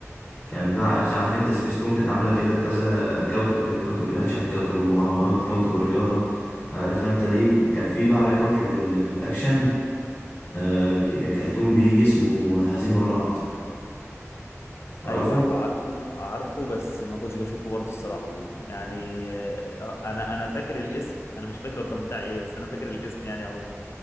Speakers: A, on the left (about 25°); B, on the left (about 60°).
A: كان بتاع اكشن عارف انت سبيستون كانت عاملة كده كذا كوكب كده كوكب الاكشن كوكب المغامرات كوكب الرياضة عارف انت دي وكان في بقى على كوكب ال- الاكشن آه، كرتون بيجي اسمه هزيم الرعد تعرفه
B: ايوه ايوه عارفه عارفه بس ما كنتش بشوفه برضه الصراحه يعني آه آه، انا انا فاكر الاسم انا مش فاكر هو كان بتاع ايه بس انا فاكر الاسم يعني عموما